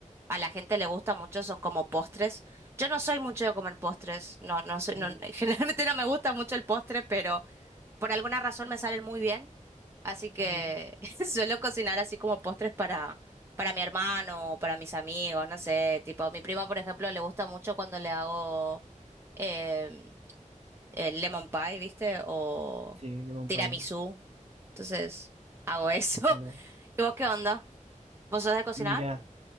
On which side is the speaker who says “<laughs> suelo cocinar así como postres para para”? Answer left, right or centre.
Right